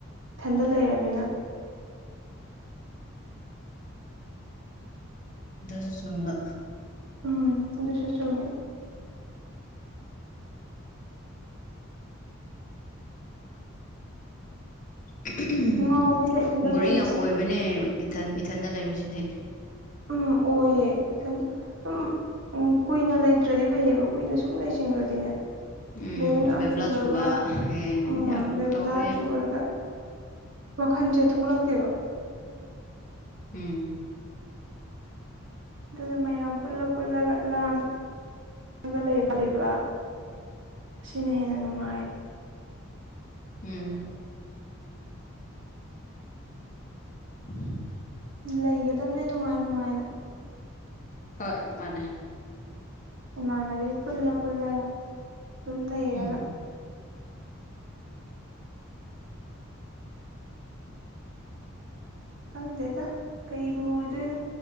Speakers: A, on the right; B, on the left.
A: ꯊꯟꯗ ꯂꯩꯔꯝꯃꯤꯅ
B: ꯗꯨꯁꯨ ꯆꯨꯃ
A: ꯎꯝ ꯑꯗꯨꯁꯨ ꯆꯨꯝꯃꯤ
B: <inaudible>
A: ꯉꯥꯎꯋꯤꯗ ꯏꯊꯟꯇ
B: ꯕꯣꯔꯤꯡ
A: ꯂꯩꯕꯁꯦ
B: ꯌꯥꯝ ꯑꯣꯏꯕꯅꯦ ꯏꯊꯟ ꯏꯊꯟꯗ ꯂꯩꯕꯁꯤꯗꯤ
A: ꯎꯝ ꯑꯣꯏꯌꯦ ꯏꯊ ꯁꯨꯝ ꯎꯝ ꯀꯨꯏꯅ ꯂꯩꯇ꯭ꯔꯗꯤ ꯐꯩꯌꯦꯕ ꯀꯨꯏꯅ ꯁꯨꯝ ꯂꯩꯁꯤꯟꯒꯔ꯭ꯗꯤꯅꯦ
B: ꯎꯝ
A: ꯕꯣꯔꯤꯡ ꯌꯥꯝ
B: ꯕꯦꯕ꯭ꯂꯥ
A: ꯆꯨꯔꯒ
B: ꯆꯨꯕ ꯑꯦ
A: ꯎꯝ
B: ꯌꯥꯝ
A: ꯕꯦꯕꯨꯂꯥ
B: ꯇꯧꯋꯦ
A: ꯆꯨꯔꯒ ꯋꯥꯈꯟꯁꯦ ꯊꯣꯛꯂꯛꯇꯦꯕ
B: ꯎꯝ
A: ꯗꯨꯅ ꯃꯌꯥꯝ ꯄꯨꯜꯂ ꯄꯨꯜꯂꯒ ꯂꯥꯡꯉꯒ ꯂꯩꯕ ꯂꯩꯕ ꯑꯁꯤꯅ ꯍꯦꯟꯅ ꯅꯨꯡꯉꯥꯏ
B: ꯎꯝ <inaudible>
A: ꯂꯩꯒꯗꯝꯅꯦ ꯅꯨꯡꯉꯥꯏ ꯅꯨꯡꯉꯥꯏꯅ
B: ꯍꯣꯏ ꯃꯥꯅꯦ
A: ꯏꯃꯥꯟꯅꯕꯤ ꯄꯨꯜꯂ ꯄꯨꯜꯂꯒ ꯑꯗꯨꯝ ꯂꯩꯔꯒ
B: ꯎꯝ
A: ꯈꯪꯗꯦꯗ ꯀꯩꯕꯨ ꯑꯣꯏꯗꯣꯏꯅꯣ